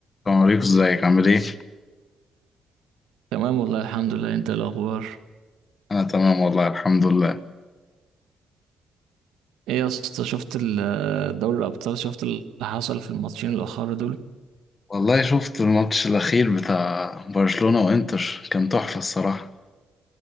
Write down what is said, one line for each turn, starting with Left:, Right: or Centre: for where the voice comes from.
Left: السلام عليكم ازيك عامل ايه؟
Right: تمام والله الحمد لله انت ايه الاخبار
Left: انا تمام والله الحمد لله
Right: ايه يا اسطى شفت ال- دوري الابطال شفت اللي حصل في الماتشين الاخر دول
Left: والله شفت الماتش الاخير بتاع برشلونة وانتر كان تحفة الصراحة